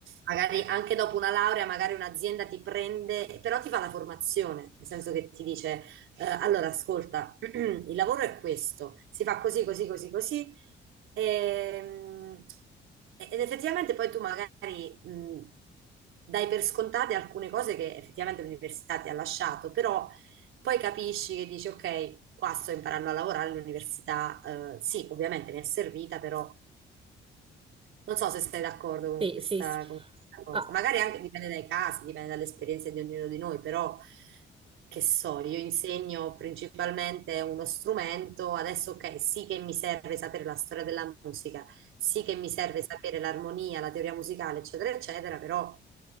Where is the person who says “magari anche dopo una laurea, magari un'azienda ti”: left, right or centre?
Right